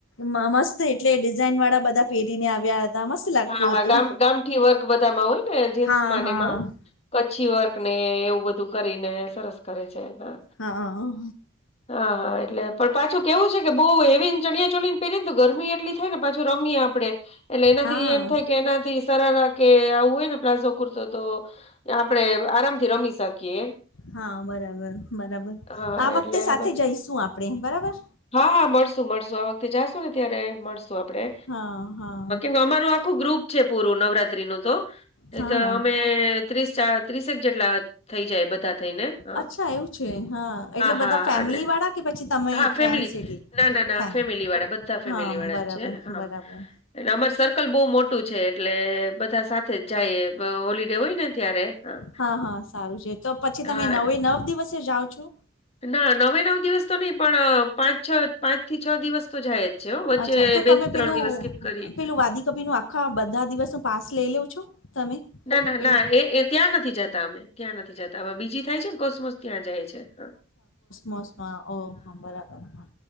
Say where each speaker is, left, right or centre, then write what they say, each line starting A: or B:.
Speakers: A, on the left (about 75°); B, on the left (about 30°).
A: મ મસ્ત એટલે ડિઝાઇન વાળા બધા પહેરીને આવ્યા હતા મસ્ત લાગતું
B: હા હા
A: હતું
B: ગામ ગામઠી વર્ક બધામાં હોય ને જીન્સમાંને
A: હા હા
B: એમાં. કચ્છી વર્ક ને એવું બધું કરીને સરસ કરે છે હા.
A: હા
B: હા હા એટલે પણ પાછું કેવું છે કે બહુ એવી ચણિયા ચોલી પેને તો ગરમી એટલી થાય ને પાછું રમીએ આપડે એટલે એનાથી
A: હા
B: એમ થાય કે કેનાથી સરળા કે આવું હોય ને પ્લાઝો કુર્તો તો આપડણે આરામથી રમી શકીએ
A: હા બરાબર બરાબર
B: હા
A: આ
B: એટલે
A: વખતે સાથે
B: પછી
A: જઈશું આપણેે બરાબર
B: હા હા મળશું મળશું આ વખતે જાશો ને ત્યારે મળશું આપડણે
A: હા હા
B: અમારું આખું ગ્રુપ છે પૂરું નવરાત્રી નું તો
A: હા
B: એત
A: હા
B: અમે ત્રીસ ચાર ત્રીસેક જેટલા થઈ જાય બધા થઈને. હા
A: અચ્છા એવું છે હા એટલે
B: હા
A: બધા ફેમિલી
B: એટલે
A: વાળા કે પછી તમે
B: હા ફેમિલી
A: ફ્રેન્ડસ એટલે
B: ના ના ના
A: ફેમ
B: ફેમિલી વાળા બધા ફેમિલી
A: હા
B: વાળા
A: બરાબર
B: છે હા.
A: બરાબર
B: એટલે અમાર સર્કલ બહુ મોટું છે એટલે બધા સાથે જ જાઈએ. હા હોલિડે હોય ને ત્યારે હા.
A: હા હા સારું છે તો પછી
B: હા
A: તમે નવે નવ દિવસે જાઓ છો.
B: ના નવે નવ દિવસ તો નહી પણ પાંચ છ પાંચ થી છ દિવસ તો જાય જ. છે હો વચ્ચે
A: અચ્છા તો
B: બે
A: તમે
B: ત્રણ
A: પેલું
B: દિવસ સ્કીપ કરી
A: પેલું વાદી કપી નું આ હા બધા દિવસનો પાસ લેઈ લેઉ છું તમે.
B: ના ના
A: પેલું
B: ના એ એ ત્યાં નથી જતા અમે ત્યાં નથી જતા હવે બીજી થાય છે ને કોસમોસ ત્યાં જાય છે. છે હા.
A: મોસમાં ઓહો બરાબર હા.